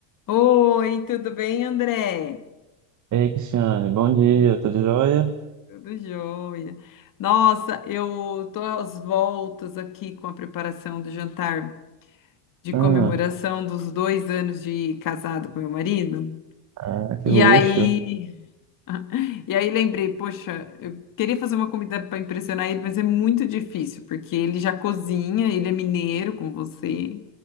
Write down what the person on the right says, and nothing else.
Ei, Cristiane, bom dia, tudo jóia?
Ah,
ah, que
luxo.